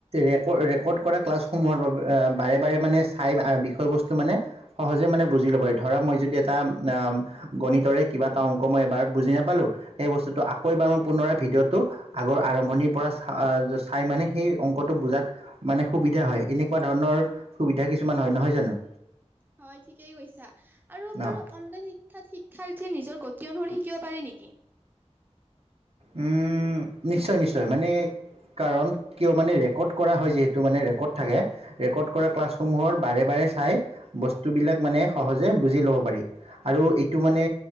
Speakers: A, on the right; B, on the right.
A: ৰেকৰ্ড ৰেকৰ্ড কৰা ক্লাছসমূহৰ বাবে বাৰে বাৰে মানে চাই বিষয় বস্তু মানে সহজে মানে বুজি লব পাৰি ধৰা মই যদি এটা অ' গণিতৰে কিবা এটা অংক মই এবাৰ বুজি নাপালো। সেই বস্তুটো আকৌ এবাৰ মই পুনৰাই ভিডিঅ'টো আগৰ আৰম্ভণিৰ পৰা চাই মানে সেই অংকটো বুজাত মানে সুবিধা হয়, এনেকুৱা ধৰণৰ সুবিধা কিছুমান হয়, নহয় জানো?
B: হয় ঠিকেই কৈছা আৰু বাৰু
A: অ
B: অনলাইন শিক্ষাত শিক্ষাৰ্থীয়ে নিজৰ গ গতি অনুসৰি শিকিব পাৰি নেকি?
A: উম, নিশ্চয় নিশ্চয় মানে কাৰণ, কিয় মানে ৰেকৰ্ড কৰা হয় যিহেতু মানে ৰেকৰ্ড থাকে ৰেকৰ্ড কৰা ক্লাছসমূহৰ বাৰে বাৰে চাই বস্তুবিলাক মানে সহজে বুজি ল'ব পাৰি আৰু এইটো মানে